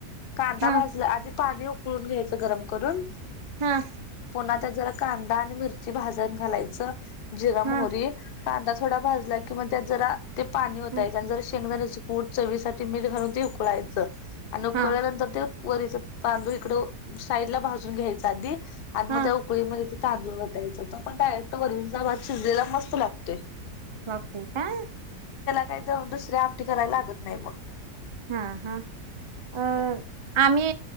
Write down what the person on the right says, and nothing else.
हा
हा
हा
हा
हा
हा
वाफ दे काय?
हा हा
अ आम्ही